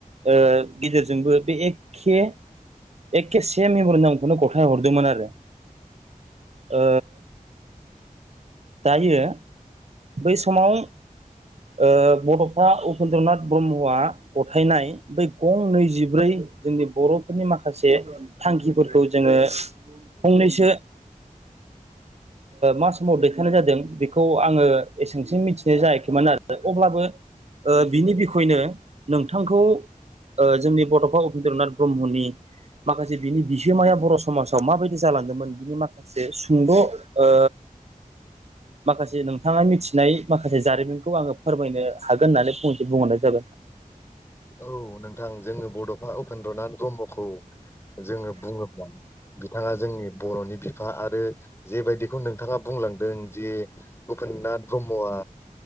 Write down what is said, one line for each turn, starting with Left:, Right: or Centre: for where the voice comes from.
Right: ओ गेदिरजोंबो बे एक खे एके से मेमरि नामखौनो गथाय हरदोंमोन आरो। ओ दायो बै समाव ओ बड'फा उपेन्द्र नाथ ब्रह्मआ गथायनाय बै गं नैजिब्रै जोंनि बर'फोरनि माखासे थांखिफोरखौ जोङो फंनैसो मा समाव दैखांनाय जादों बेखौ आङो एसे सिम मिथिनाय जायाखैमोन आरो अब्लाबो ओ बिनि बिखयनो नोंथांखौ जोंनि बडफा उपेन्द्र नाथ ब्रह्मनि माखासे बिनि बिहोमाया बर समाजाव माबायदि जालांदोंमोन बिनि माखा जे सुंद ओ माखासे नों थाङा मिथिनाय माखासे जारिमिनखौ आङो फोरमायनो हागोन होननानै फंनैसो बुंहरनाय जाबाय।
Left: औ नोंथां जोङो बडफा उपेन्द्रनाथ ब्रह्मखौ जोङो बुङोब्ला बिथाङा जोंनि बरनि बिफा आरो जेबायदिखौ नों थांआ बुंलांदों जे उपेन्द्र नाथ ब्रह्मआ